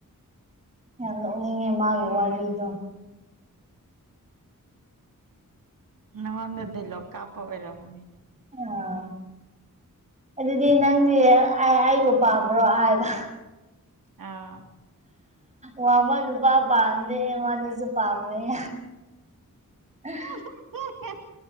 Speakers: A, on the right (about 20°); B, on the right (about 80°).
A: ꯌꯥꯝ ꯅꯣꯛꯅꯤꯡꯉꯦ ꯃꯥꯒꯤ ꯋꯥꯔꯤꯗꯣ
B: ꯅꯪꯉꯣꯟꯗ ꯗꯤꯂꯣꯞ ꯀꯥꯞꯄ ꯑꯣꯏꯔꯝꯒꯅꯤ
A: ꯑꯥ ꯑꯗꯨꯗꯤ ꯅꯪꯗꯤ ꯑꯩꯕꯨ ꯄꯥꯝꯕ꯭ꯔꯣ ꯍꯥꯏꯕ
B: ꯑꯥ
A: ꯋꯥꯡꯕ ꯅꯨꯄꯥ ꯄꯥꯝꯗꯦ ꯑꯩꯉꯣꯟꯗꯁꯨ ꯄꯥꯝꯃꯣꯢ <unintelligible>
B: <unintelligible>